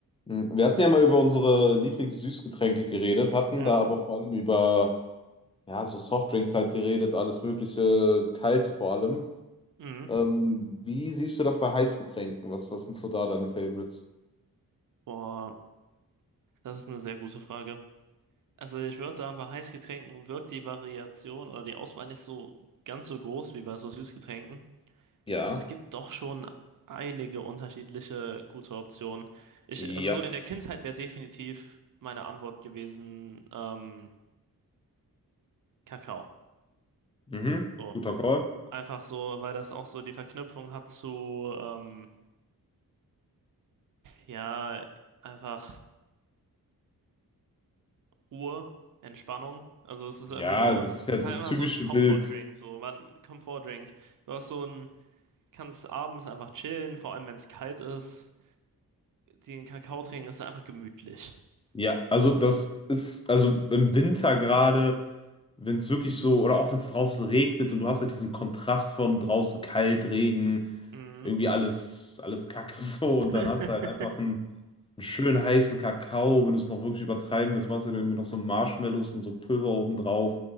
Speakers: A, on the left; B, on the right.
A: Mhm. Wir hatten ja mal über unsere Lieblingssüßgetränke geredet, hatten
B: Ja.
A: da aber vor allem über ja, so Softdrinks halt geredet, alles mögliche, kalte vor allem.
B: Mhm.
A: Ähm, wie siehst du das bei Heißgetränken? Was, was sind so da deine Favorites?
B: Boah, das ist eine sehr gute Frage. Also ich würde sagen, bei Heißgetränken wirkt die Variation oder die Auswahl nicht so ganz so groß wie bei so Süßgetränken.
A: Ja,
B: Aber es gibt doch schon einige unterschiedliche gute Optionen. Ich,
A: ja,
B: also so in der Kindheit wäre definitiv meine Antwort gewesen, ähm, Kakao.
A: mhm,
B: So.
A: guter Call.
B: Einfach so, weil das auch so die Verknüpfung hat zu, ähm, ja, einfach. Ruhe, Entspannung. Also es ist
A: Ja,
B: irgendwie so,
A: das ist ja
B: es ist
A: das
B: halt einfach
A: typische
B: so ein Comfort-Drink,
A: Bild.
B: so man, Comfort-Drink. Du hast so ein, kannst abends einfach chillen, vor allem wenn es kalt ist. Den Kakao trinken ist einfach gemütlich.
A: Ja, also
B: So.
A: das ist, also im Winter gerade, wenn es wirklich so, oder auch wenn es draußen regnet und du hast halt diesen Kontrast von draußen kalt, Regen,
B: Mhm.
A: irgendwie alles, alles Kacke <laughs> so.
B: <laughs>
A: Und dann hast du halt einfach einen, einen schönen heißen Kakao. Wenn du es noch wirklich übertreiben willst, machst du dir irgendwie noch so Marshmallows und so Pulver obendrauf.